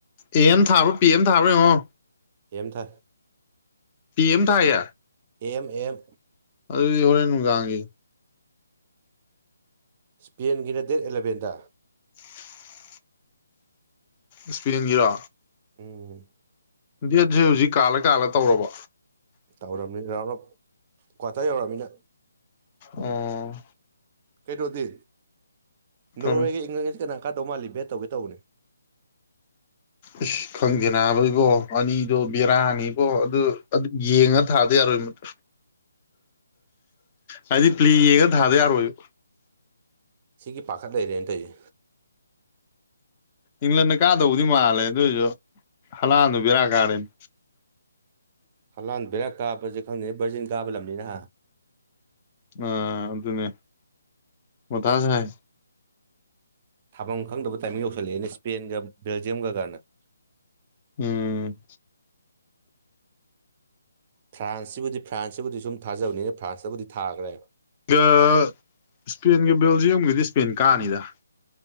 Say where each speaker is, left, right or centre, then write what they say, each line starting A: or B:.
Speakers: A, on the left; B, on the right.
A: ꯑꯦ ꯑꯦꯝ ꯊꯥꯕꯔ ꯄꯤ ꯑꯦꯝ ꯊꯥꯕꯔ ꯌꯦꯡꯉꯣ
B: ꯑꯦꯝ ꯊꯥꯏ
A: ꯄꯤꯑꯦꯝ ꯊꯥꯏꯌꯦ꯫
B: A M A M.
A: ꯑꯗꯨꯗꯤ ꯍꯣꯔꯦꯟ ꯅꯨꯡꯗꯥꯡꯒꯤ__
B: ꯁ꯭ꯄꯦꯟꯒꯤꯅ ꯗꯦꯠ ꯑꯦꯂꯕꯦꯟꯗ꯫
A: <inaudible> ꯏꯁ꯭ꯄꯦꯟꯒꯤꯔꯣ꯫
B: ꯎꯝ꯫
A: ꯗꯦꯠꯖꯦ ꯍꯧꯖꯤꯛ ꯀꯥꯜꯂ ꯀꯥꯜꯂ ꯇꯧꯔꯕꯣ꯫
B: ꯇꯧꯔꯕꯅꯤ ꯔꯥꯎꯟ ꯑꯞ ꯀ꯭ꯋꯥꯇꯔ ꯌꯧꯔꯕꯃꯤꯅ꯫
A: ꯑꯣ꯫
B: ꯀꯩꯅꯣꯗꯤ
A: ꯀꯩꯅꯣ
B: ꯅꯣꯔꯋꯦꯒꯤ ꯏꯪꯂꯦꯟꯒ ꯀꯅꯥ ꯀꯥꯗꯧ ꯃꯥꯜꯂꯤ ꯕꯦꯠ ꯇꯧꯒꯦ ꯇꯧꯕꯅꯤ꯫
A: ꯏꯁ ꯈꯪꯗꯦ ꯅꯥꯕ ꯏꯕꯣ ꯑꯅꯤꯗꯣ ꯕꯦꯔꯥꯅꯤꯕꯣ ꯑꯗꯨ ꯑꯗꯨ ꯌꯦꯡꯉ ꯊꯥꯗ ꯌꯥꯔꯣꯏ ꯃꯇꯨ꯫ ꯍꯥꯏꯗꯤ ꯄꯂꯦ ꯌꯦꯡꯉꯒ ꯊꯥꯗ ꯌꯥꯔꯣꯏꯕ꯫
B: ꯁꯤꯒꯤ ꯄꯥꯈꯠ ꯂꯩꯔꯦꯅ ꯇꯧꯔꯤꯖꯦ꯫
A: ꯏꯪꯂꯟꯅ ꯀꯥꯗꯧꯕꯗꯤ ꯃꯥꯜꯂꯦ ꯑꯗꯨꯏꯁꯨ ꯍꯂꯥꯟꯗꯨ ꯕꯦꯔꯥ ꯀꯥꯔꯦꯕ꯫
B: ꯍꯂꯥꯟ ꯕꯦꯔꯥ ꯀꯥꯕꯖꯣ ꯈꯪꯗꯦ ꯕ꯭ꯔꯖꯤꯟ ꯀꯥꯕ ꯂꯝꯅꯤꯅꯦ ꯍꯥ꯫
A: ꯑꯥ ꯑꯗꯨꯅꯦ ꯃꯊꯥ ꯁꯥꯏ꯫
B: ꯊꯥꯐꯝ ꯈꯪꯗꯕ ꯇꯥꯏꯃꯤꯡ ꯌꯧꯁꯜꯂꯛꯑꯦꯅꯦ ꯁ꯭ꯄꯦꯟꯒ ꯕꯦꯜꯖꯤꯌꯝꯒꯅ꯫
A: ꯎꯝ꯫
B: ꯐ꯭ꯔꯥꯟꯁꯁꯤꯕꯨꯗꯤ ꯐ꯭ꯔꯥꯟꯁꯁꯤꯕꯨꯗꯤ ꯁꯨꯝ ꯊꯥꯖꯕꯅꯤꯅ ꯐ꯭ꯔꯥꯟꯁꯇꯕꯨꯗꯤ ꯊꯥꯒ꯭ꯔꯦ꯫
A: ꯒꯑ ꯁ꯭ꯄꯦꯟꯒꯤ ꯕꯦꯜꯖꯤꯌꯝꯒꯤꯗꯤ ꯁ꯭ꯄꯦꯟ ꯀꯥꯅꯤꯗ꯫